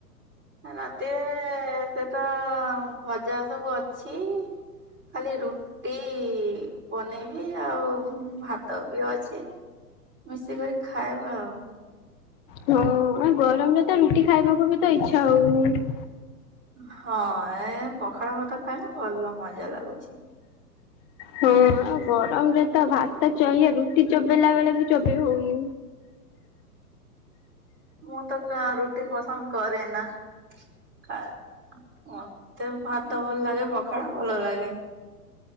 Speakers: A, on the right (about 25°); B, on the left (about 35°).
A: ରାତିରେ ସେଟା ଭଜା ସବୁ ଅଛି। ଖାଲି ରୁଟ ରଟି ବନେଇବି ଆଉ ଭାତ ବି ଅଛି। ମିଶିକରି ଖାଇବା ଆଉ।
B: ହଁ ଆ ଗରମରେ ତ ରୁଟି ଖାଇବାକୁ ବି ତ ଇଚ୍ଛା ହଉନି।
A: ହଁ ଏ ପଖାଳ ଭତ ଖାଇଲେ ଭଲ ମଜା ଲାଗୁଛି।
B: ହଁ ଗରମ ରେ ତ ଭାତ ଚହି ରୁଟି ଚୋବେଇଲା ବେଳେ ବି ଚୋବେଇ ହଉନି।
A: ମୁଁ ତ କା ରୁଟି ପସନ୍ଦ କରେ ନା। ଖା ମତେ ଭାତ ଭଲ ଲାଗେ ପଖାଳ ଭଲ ଲାଗେ।